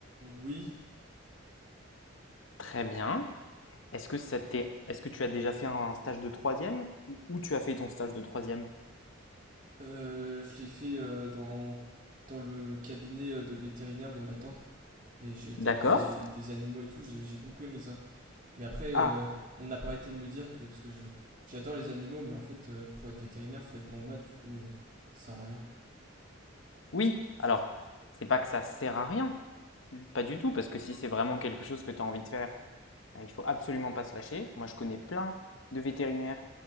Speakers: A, on the right (about 40°); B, on the left (about 70°).
A: oui,
B: Très bien. Est-ce que ça t'est, est-ce que tu as déjà fait un stage de troisième ou- tu as fait ton stage de troisième?
A: euh, je l'ai fait euh, dans, dans le cabinet euh, de vétérinaire de ma tante. Et j'ai été
B: D'accord.
A: avec des, des animaux et tout, j'ai j'ai beaucoup aimé ça. Mais après,
B: Ah,
A: euh, on n'a pas arrêté de me dire que, parce que je j'adore les animaux, mais en fait, euh, pour être vétérinaire, faut être bon en maths, du coup, euh, ça sert à rien.
B: oui. Alors, c'est pas que ça sert à rien, pas du tout, parce que si c'est vraiment quelque chose que tu as envie de faire, euh, il faut absolument pas se lâcher. Moi, je connais plein de vétérinaires